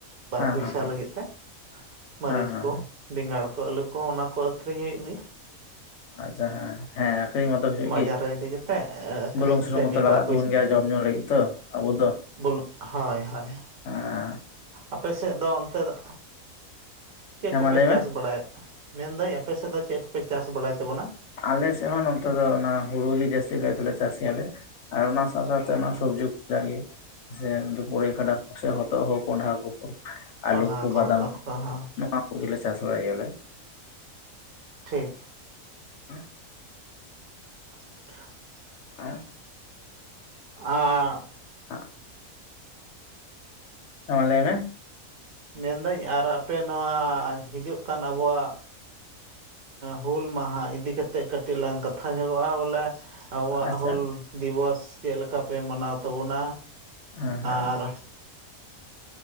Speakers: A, on the left; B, on the right.
A: ᱦᱮᱸ
B: ᱯᱩᱭᱥᱟ
A: ᱦᱮᱸ ᱦᱮᱸ
B: ᱞᱟᱹᱜᱤᱫ ᱛᱮ ᱢᱟᱹᱨᱤᱪ
A: ᱦᱮᱸ ᱦᱮᱸ
B: ᱠᱚ ᱵᱮᱸᱜᱟᱲ ᱠᱚ ᱟᱹᱞᱩ ᱠᱚ ᱚᱱᱟ ᱠᱚ ᱟᱹᱷᱨᱤᱧ ᱦᱩᱭᱩᱜ ᱜᱮᱭᱟ ᱾
A: ᱟᱪᱪᱷᱟ ᱦᱮᱸ ᱾ ᱦᱮᱸ ᱟᱠᱷᱨᱤᱧ ᱢᱟᱛᱚ ᱦᱩᱭᱩᱜ
B: ᱵᱟᱡᱟᱨ
A: ᱜᱤ
B: ᱨᱮ ᱤᱫᱤ ᱠᱟᱛᱮᱫ ᱟᱹᱠᱷᱨᱤᱧ
A: ᱵᱩᱞᱩᱝ
B: ᱠᱟᱛᱮᱫ
A: ᱥᱩᱱᱩᱝ ᱢᱚᱛᱚ
B: ᱢᱤᱫ
A: ᱞᱟᱜᱟᱜ
B: ᱵᱟᱨ
A: ᱛᱟᱵᱚᱱ ᱜᱮᱭᱟ ᱡᱚᱢ ᱧᱩ ᱞᱟᱹᱜᱤᱫ ᱛᱚ ᱟᱵᱚ ᱫᱚ ᱾
B: ᱵᱳᱞᱳᱜ ᱦᱚᱭ ᱦᱚᱭ ᱾
A: ᱦᱮᱸᱼᱼ
B: ᱟᱯᱮ ᱥᱮᱜ ᱫᱚ ᱚᱱᱛᱮ ᱫᱚ ᱪᱮᱜ
A: ᱦᱮᱸ
B: ᱠᱚᱯᱮ
A: ᱢᱟ ᱞᱟᱹᱭ
B: ᱪᱟᱥ
A: ᱢᱮ
B: ᱵᱟᱲᱟᱭᱟ? ᱢᱮᱱᱫᱟᱹᱧ ᱟᱯᱮᱥᱮᱜ ᱫᱚ ᱪᱮᱫ ᱠᱚᱯᱮ ᱪᱟᱥ ᱵᱟᱲᱟᱭ ᱛᱟᱵᱚᱱᱟ?
A: ᱟᱞᱮᱥᱮᱜ ᱦᱚᱸ ᱱᱚᱛᱮ ᱫᱚ ᱚᱱᱟ ᱦᱩᱲᱩ ᱜᱤ ᱡᱟᱹᱥᱛᱤ ᱠᱟᱭ ᱫᱚᱞᱮ ᱪᱟᱥ ᱜᱮᱭᱟᱞᱮ ᱾ ᱟᱨ ᱚᱱᱟ ᱥᱟᱶ ᱥᱟᱶᱛᱮ
B: ᱦᱚᱸ
A: ᱚᱱᱟ ᱥᱚᱵᱡᱤ ᱠᱚ ᱡᱟᱜᱤ ᱥᱮ ᱯᱩᱨᱟᱹᱭ ᱠᱷᱰᱟ ᱼᱼ ᱥᱮ ᱦᱚᱛᱚᱫ ᱦᱳ ᱠᱚᱸᱰᱷᱟ ᱠᱚ ᱦᱳᱠ ᱟᱞᱩ
B: ᱠᱚᱸᱰᱷᱟ
A: ᱠᱚ ᱵᱟᱫᱟᱢ
B: ᱦᱚᱛᱚᱫ
A: ᱠᱚ
B: ᱦᱚᱸ
A: ᱱᱚᱣᱟ ᱠᱚᱜᱮᱞᱮ ᱪᱟᱥ ᱵᱟᱲᱟᱭ ᱜᱮᱭᱟᱞᱮ ᱾
B: ᱴᱷᱤᱠ ᱼᱼ
A: <unintelligible>
B: <unintelligible>
A: ᱟ ᱼᱼ
B: ᱟᱻ
A: ᱟᱸᱜ ᱼᱼ ᱦᱮᱸ ᱢᱟ ᱞᱟᱹᱭ ᱢᱮ?
B: ᱢᱮᱱᱫᱟᱹᱧ ᱟᱨ ᱟᱯᱮ ᱱᱚᱣᱟ ᱦᱤᱡᱩᱜ ᱠᱟᱱ ᱟᱵᱚᱣᱟᱜ ᱼᱼ ᱦᱩᱞ ᱢᱟᱦᱟ ᱤᱫᱤ ᱠᱟᱛᱮᱜ ᱠᱟᱹᱴᱤᱡ ᱞᱟᱝ ᱠᱟᱛᱷᱟ ᱧᱚᱜᱚᱜᱼᱟ ᱵᱚᱞᱮ ᱾ ᱟᱵᱚᱣᱟᱜ
A: ᱟᱪᱪᱷᱟ
B: ᱦᱩᱞ ᱫᱤᱵᱚᱥ ᱪᱮᱫ ᱞᱮᱠᱟᱯᱮ ᱢᱟᱱᱟᱣ ᱛᱟᱵᱚᱱᱟ,
A: ᱦᱮᱸ ᱦᱮᱸ
B: ᱟᱨ